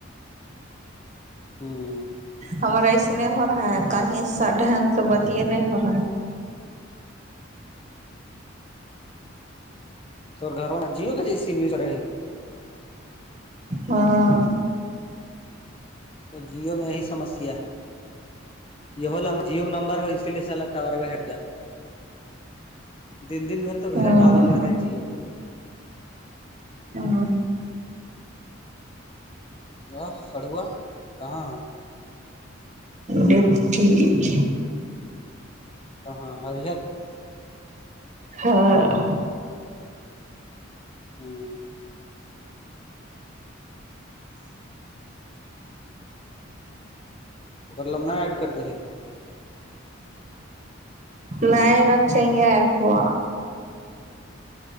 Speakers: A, on the left; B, on the right.
A: او
B: ہمار ایس نہیں ہو رہا ہے کہیں سا ڈھنگ سے بتے نہیں ہو رہا ہے
A: تو گھر جیو کا جی سم یوز رہے
B: ہاں
A: جیو میں یہی سمسیا ہے یہ جیو نمبر ہو اسی لیے س ال اٹاور میں ہٹ جاؤ دن دن بھر تو گھر
B: ہاں
A: ٹاور نہ رہا ہے جیو
B: ہاں
A: آ سڑوا کہاں ہاں
B: ایکس چیج
A: تو ہاں ہر
B: ہاں <unintelligible>
A: ہ مگر لمہا ایڑ کر کے دیکھنا
B: نہیں رکھے آکوا